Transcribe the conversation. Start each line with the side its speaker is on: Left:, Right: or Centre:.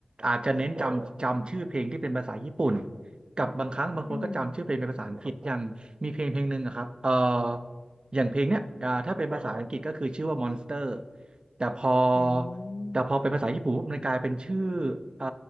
Right: อาจจะเน้นจำจำชื่อเพลงที่เป็นภาษาญี่ปุ่นกับบางครั้งบางคนก็จำชื่อเพลงเป็นภาษาอังกฤษอย่างมีเพลงเพลงหนึ่งอะครับเอ่อ
Left: อืม
Right: อย่างเพลงเนี้ยอ่าถ้าเป็นภาษาอังกฤษก็คือชื่อว่า Monster แต่พอ
Left: อืม
Right: แต่พอเป็นภาษาญี่ปุ่นปุ๊บมันกลายเป็นชื่อเอ่อ